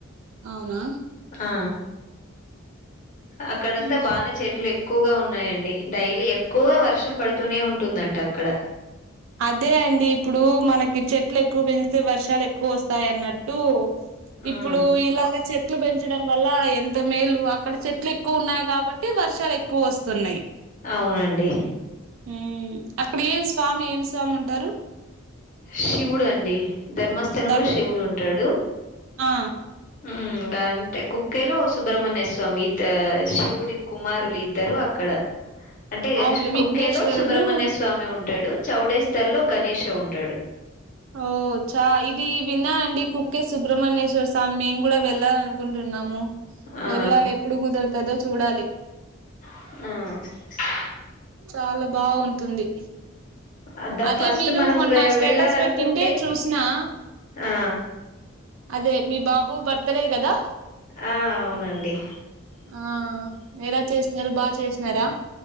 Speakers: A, on the right (about 70°); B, on the left (about 40°).
A: అవునా
B: హా అక్కడంతా
A: హ్మ్.
B: బానే చెట్లు ఎక్కువగా ఉన్నాయండి డైలీ ఎక్కువ వర్షం పడుతూనే ఉంటుందంట అక్కడ
A: అదే అండి ఇప్పుడు మనకి చెట్లు ఎక్కువ పెంచితే వర్షాలు ఎక్కువ వస్తాయి అన్నట్టు ఇప్పుడు
B: ఉమ్
A: ఇలాగే చెప్ చెట్లు పెంచడం వల్ల ఎంత మేలు అక్కడ చెట్లు ఎక్కువ ఉన్నాయి కాబట్టి వర్షాలు ఎ క్కువ వస్తున్నయి
B: అవునండి
A: హు అక్కడ ఏం స్వామి ఏం సా స్వామి ఉంటారు
B: శివుడు అండి ధర్మస్థలంలో
A: దర్
B: శివుడు ఉంటాడు
A: ఆ
B: ఉ గదిఅంతే కుక్కేలో సుబ్రహ్మణ్యస్వామి ఇద్ద శివుడు కుమారులు ఇద్దరు అక్కడ అంటే
A: అవునులే
B: కుక్కేలో
A: విఘ్నేశ్వరుడు
B: సుబ్రహమణ్య సా స్వామి ఉంటాడు చౌడేస్తర్ లో గణేష్ ఉంటాడు
A: ఓ చ ఇది విన్నా అండి కుక్కే సుబ్రహ్మణ్యేశ్వర స్వామి మేము కూడా వెళ్ళాలి అనుకుంటున్నాము
B: ఆ
A: వెళ్ళాలి ఎప్పుడు కుదురుతదో చూడాలి
B: హు
A: చాలా బాగుంటుంది
B: అద్ద
A: అదే
B: ఫస్ట్
A: మీరు
B: మనం
A: మొన్న
B: వె
A: స్టేటస్
B: వెళ్ళాలనుకుంటే
A: పెట్టింటే చూసినా
B: ఆ
A: అదే మీ బాబు బర్త్డే కదా
B: ఆ అవునండి
A: ఆ ఎలా చేస్తున్నారు బాగా చేసినారా